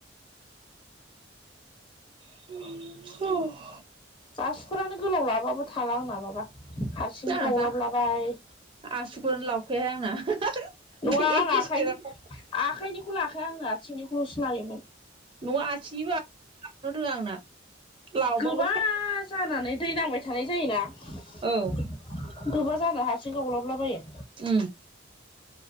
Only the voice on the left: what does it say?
गाससिफोरानो गोलाव लाबाबो थाला आं नामाबा हारसिं
गावलाबलाबाय
नङा
आं
आखाइनि
आखाइनिखौल' आखाया आंनो आथिंनिखौल' सिनायोमोन
गोबा जानानै दै नांबाय थानाय जायोना गोबा
जानो हारसिं गावलाबलाबायो